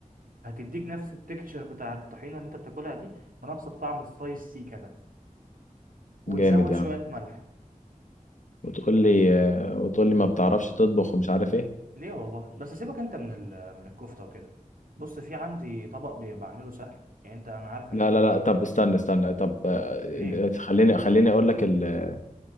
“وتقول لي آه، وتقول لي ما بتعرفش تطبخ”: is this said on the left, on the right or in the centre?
Left